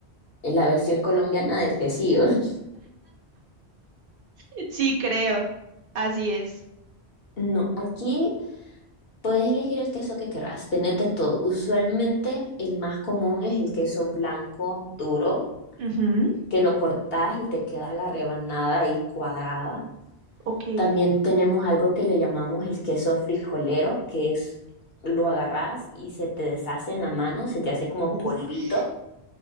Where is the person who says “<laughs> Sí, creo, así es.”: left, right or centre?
Right